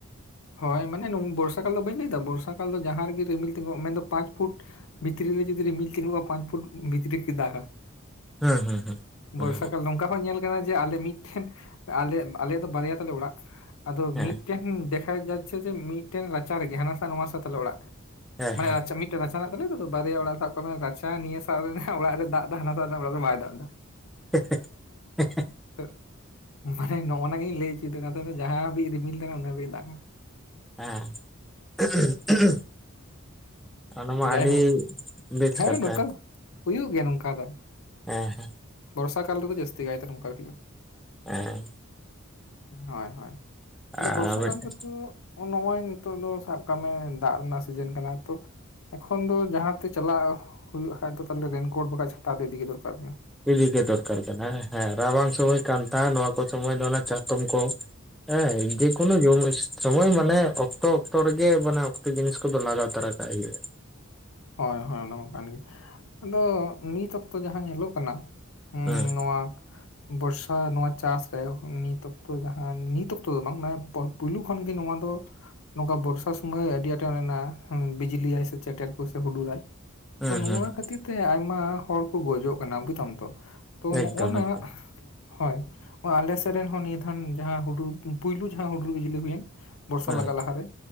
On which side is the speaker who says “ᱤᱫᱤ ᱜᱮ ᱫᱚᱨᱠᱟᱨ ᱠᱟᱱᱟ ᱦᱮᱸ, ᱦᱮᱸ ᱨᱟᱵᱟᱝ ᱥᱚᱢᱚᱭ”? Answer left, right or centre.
Centre